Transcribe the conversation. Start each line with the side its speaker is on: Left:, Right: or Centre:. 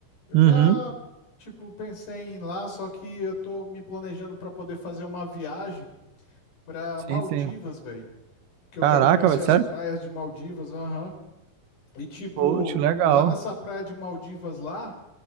Left: Eu
Right: Uhum.
Left: já, tipo, pensei em ir lá, só que eu tô me planejando pra poder fazer uma viagem pra
Right: Sim,
Left: Maldivas,
Right: sim.
Left: velho. Porque eu
Right: Caraca,
Left: quero conhecer
Right: velho,
Left: as
Right: sério?
Left: praias de Maldivas, aham. E tipo,
Right: Poxa, legal.
Left: lá nessa praia de Maldivas lá,